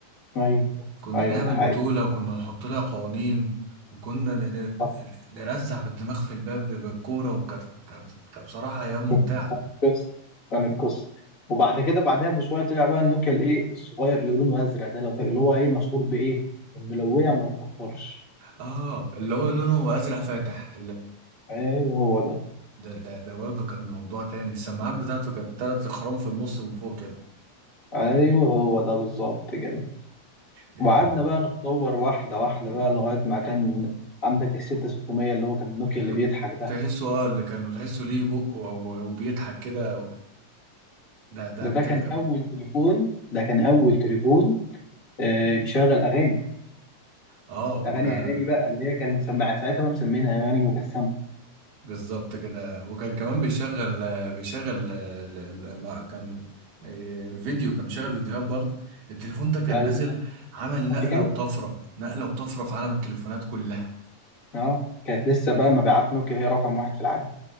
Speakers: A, on the left; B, on the right.
A: ايوه
B: كنا
A: ايوه
B: نعمل
A: ده حقيقي
B: بطولة وكنا نحط لها قوانين وكنا ن... ن-
A: صح.
B: نرزع بالدماغ في الباب بالكورة وكانت كانت كانت بصراحة أيام ممتعة
A: كانت قصه كانت قصه وبعد كده بعدها بشويه طلع بقى النوكيا الايه الصغير اللي لونه ازرق ده لو فاكر اللي هو ايه مشهور بايه انه لو وقع ما يتكسرش
B: اه اللي هو لونه ازرق فاتح
A: ايوه هو ده
B: ده ده ده برضه كان موضوع تاني السماعات بتاعته كانت تلات خرام في النص من فوق كده
A: ايوه هو ده بالظبط كده
B: يا
A: وقعدنا
B: لهوي
A: بقى نتطور واحده واحده بقى لغايه ما كان عندك ال 6600 اللي هو كان النوكيا
B: اللي
A: اللي بيضحك ده
B: تحسه اه اللي كان تحسه ليه بق و- و- وبيضحك كده ده ده
A: ده ده
B: تل...
A: كان اول تليفون ده كان اول تليفون آه، بيشغل اغاني
B: اه
A: اغاني
B: وكان
A: اغاني بقى اللي هي كانت سمع ساعتها بقى مسمينها اغاني مجسمه
B: بالظبط كده وكان كمان بيشغل آه، بيشغل آه، ال- ال- ما كان إيه، الفيديو كان مشغل فيديوهات برضه التليفون ده كان
A: ده
B: نازل
A: ايوه صح
B: عمل
A: كانت
B: نقلة
A: في كاميرا
B: وطفرة نقلة وطفرة في عالم التليفونات كلها
A: اه كانت لسه بقى مبيعات نوكيا هي رقم واحد في العالم